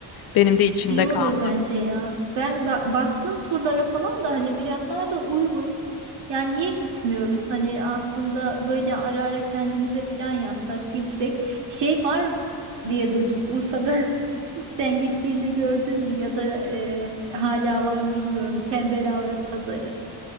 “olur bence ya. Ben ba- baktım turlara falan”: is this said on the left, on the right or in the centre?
Right